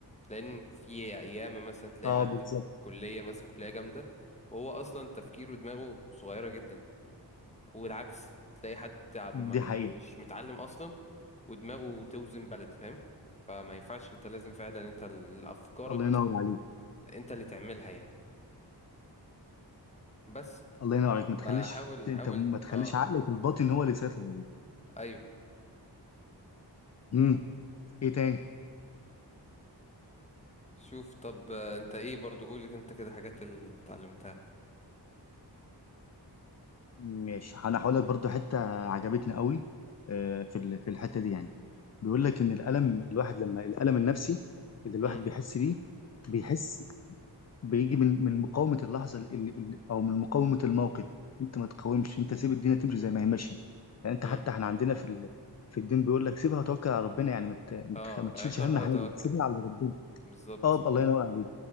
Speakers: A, on the left (about 15°); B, on the left (about 40°).
A: لان في ايام مثلا تلاقي
B: اه
A: حد
B: بالظبط
A: في كلية مثلا كلية جامدة وهو اصلا تفكيره ودماغه صغيرة جدا والعكس تلاقي حد عم
B: دي حقيقه
A: مش متعلم اصلا ودماغه توزن بلد فاهم فما ينفعش انت لازم فعلا انت ال- افكارك
B: الله ينور عليك
A: انت اللي تعملها يعني بس
B: الله ينور عليك ما تخليش
A: فحاول
B: انت
A: حاول
B: ما تخليش
A: اه
B: عقلك الباطن هو اللي يسيطر عليك
A: ايوه
B: مم. ايه تاني
A: شوف طب آه، انت ايه برضو قولك انت كده حاجات اللي اتعلمتها
B: ماشي انا هقول لك برضو حته عجبتني قوي آه، في ال- في الحته دي يعني بيقول لك ان الالم الواحد لما الالم النفسي اللي
A: امم
B: الواحد بيحس بيه بيحس بيجي من من مقاومه اللحظه ال- ال- ال- او من مقاومه الموقف انت ما تقاومش انت سيب الدنيا تمشي زي ما هي ماشيه يعني انت
A: امم
B: حتى احنا عندنا في ال- في الدين بيقول لك سيبها وتوكل على ربنا يعني ما ت- ما
A: اه
B: تخ- ما تشيلش
A: اعقرها
B: هم حاجه
A: وتوكل
B: سيبها على ربنا
A: بالظبط
B: اه الله ينور عليك